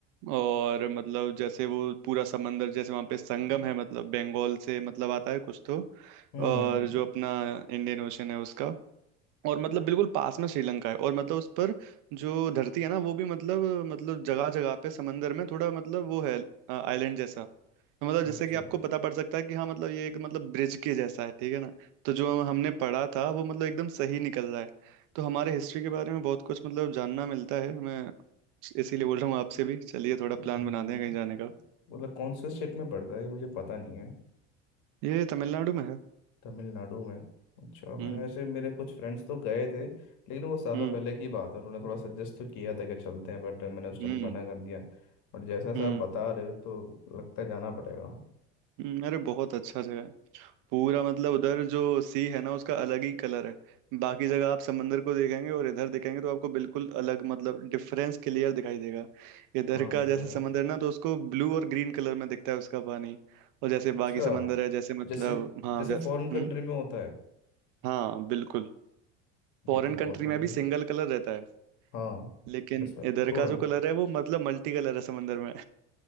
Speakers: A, on the right; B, on the left.
A: और मतलब जैसे वो पूरा समंदर जैसे वहाँ पे संगम
B: हम्म
A: है मतलब बंगाल से मतलब आता है कुछ तो
B: हम्म,
A: और जो अपना इंडियन ओशन है उसका और मतलब बिल्कुल पास में श्रीलंका है और मतलब उस पर जो धरती है ना वो भी मतलब मतलब जगह जगह पे समंदर में थोड़ा मतलब वो है आइलैंड जैसा तो मतलब
B: अच्छा
A: जैसे कि आपको पता पड़ सकता है कि हाँ मतलब ये एक मतलब ब्रिज के जैसा है ठीक है ना तो जो हमने पढ़ा था वो मतलब एकदम सही निकल रहा है तो हमारे हिस्ट्री के बारे में बहुत कुछ मतलब जानना मिलता है मैं इसीलिए बोल रहा हूँ आपसे भी चलिए थोड़ा
B: हम्म,
A: प्लान बनाते हैं कहीं जाने का
B: मतलब कौन से स्टेट में पड़ रहा है ये मुझे पता नहीं है
A: ये तमिलनाडु में है
B: तमिलनाडु में अच्छा मैंने
A: हम्म
B: वैसे मेरे कुछ फ्रेंड्स तो गए थे लेकिन वो सालों
A: हम्म
B: पहले की बात है उन्होंने थोड़ा सजेस्ट तो किया था कि चलते हैं बट मैंने उस टाइम
A: हम्म
B: मना कर दिया और जैसा जैसा
A: हम्म
B: आप बता रहे हो तो लगता है जाना पड़ेगा
A: हम्म अरे बहुत अच्छा जगह है पूरा मतलब उधर जो सी है ना उसका अलग ही कलर है बाकी जगह आप समंदर को देखेंगे और इधर देखेंगे तो आपको बिल्कुल अलग मतलब डिफरेंस क्लियर दिखाई देगा इधर
B: हाँ
A: का
B: ये
A: जैसे
B: तो
A: समंदर
B: है
A: ना तो उसको ब्लू और ग्रीन कलर में दिखता है उसका पानी और जैसे
B: अच्छा
A: बाकी समंदर है जैसे मतलब
B: जैसे
A: हाँ
B: जैसे
A: जैसे
B: फॉरेन कंट्री
A: हम्म
B: में होता है
A: हाँ बिल्कुल फॉरेन
B: ये तो बहुत
A: कंट्री
B: बढ़िया
A: में भी सिंगल
B: है
A: कलर रहता है
B: हाँ
A: लेकिन
B: बट इसमें
A: इधर
B: दो
A: का
B: है
A: जो कलर है वो मतलब मल्टी कलर है समंदर में